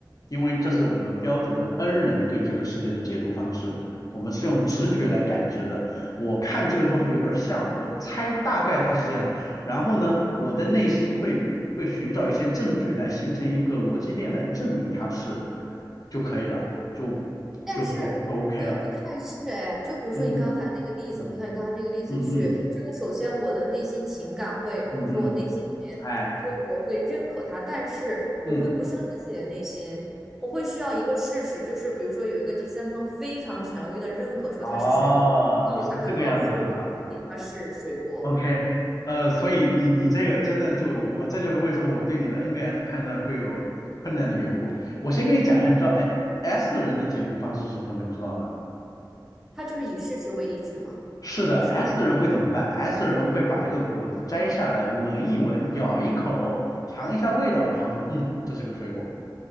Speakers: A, on the left (about 50°); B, in the centre.
A: 因为这是我们标准的 N 人对这个世界的解读方式，我们是用直觉来感知的。我看这个东西有点像，我猜大概它是这样，然后呢，我的内心会会寻找一些证据来形成一个逻辑链来证明它是就可以了，就就是就
B: 但是我也不太是哎，
A: OK 了。
B: 就比如说你刚才那个例子，
A: 嗯嗯嗯
B: 回到你刚才那个例子去，
A: 嗯嗯
B: 就是首先我的内心情感会，
A: 嗯嗯，
B: 比如说我内心里面，
A: 哎
B: 就是我会认可他，但是我会不相信自己的内心，
A: 嗯，
B: 我会需要一个事实，就是比如说有一个第三方非常权威的认可说它是水果，
A: 哦，
B: 那我才会告诉我自己它是水果，
A: 你是这个样子是吧？OK，呃，所以你你这个真的就我这就是为什么我对你的 N 跟 S 判断会有困难的缘故。我先跟你讲一下，你知道哎 S 人的解读方式是什么，你知道吗？
B: 它就是以事实为依据嘛。
A: 是的，S
B: 是吗
A: 人会怎么办？S 人会把这个果子摘下来，闻一闻，咬一口，尝一下味道，然后说，嗯，这是个水果。